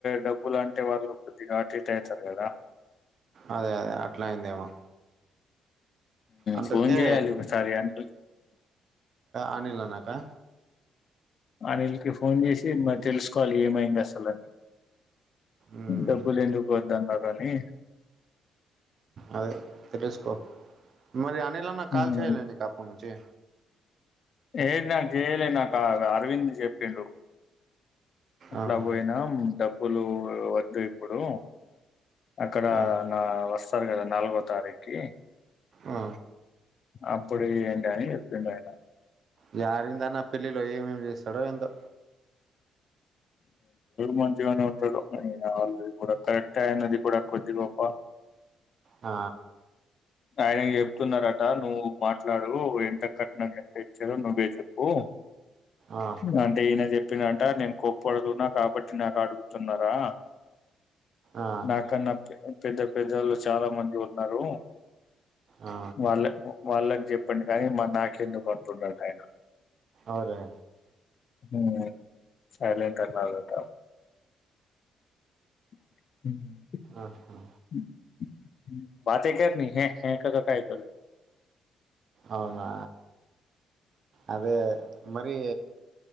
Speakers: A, on the left; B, on the right.
A: డబ్బులు అంటే వాళ్ళు కొద్దిగా అట ఇట్ అవుతారు కదా
B: అదే అదే అట్లా అయిందేమో అందుకే
A: ఫోన్ చేయ్యాలి ఒకసారి అని
B: అనిలోన్నాక
A: అనిల్కి ఫోన్ చేసి మరి తెలుసుకోవాలి ఏమైంది అసలుని
B: ఉమ్
A: డబ్బులు ఎందుకు పోద్ద అన్నారు అని
B: అదే తెలిసుకో మరి అనిలన కాల
A: ఉమ్,
B: చేలేని కాపు నుంచి
A: ఏది నాకు చేయలే నాకు అరవింద్ చెప్పిడు అట్లా
B: ఆహా
A: పోయినా డబ్బులు వద్దు ఇప్పుడు అక్కడ
B: ఆ,
A: నా వస్తారు కదా నాలుగో తారీకి
B: ఆ.
A: అప్పుడు ఏంట అని చెప్పిండ అనా
B: ఈ అరవిందన్న పెళ్లిలో ఏమేమి చేస్తాడో ఏందో
A: మంచిగానే ఉంట అల్ కూడా కరక్నది కూడా <unintelligible> వప్ప
B: ఆ
A: ఆయన చెప్తున్నారట నువ్వు మాట్లాడు ఎంత కట్న ఎంత ఇచ్చదో నువ్వే చెప్పు
B: ఆ,
A: అంటే ఈయన చెప్పినట నేను కొప్పు అడుగున్నా కాబట్టి నాకు అడుగుతున్నారా
B: ఆ,
A: నాకన్నా పెద్ద పెద్దలు చాలా మంది ఉన్నారు
B: ఆ.
A: వాళ్ళ వాళ్ళకి చెప్పండి కానీ మా నాక ఎందుకు అంటున్నాడు
B: అవురే
A: <unintelligible> కనాలట హ
B: ఆహా.
A: <unintelligible>
B: అవునా అదే మరి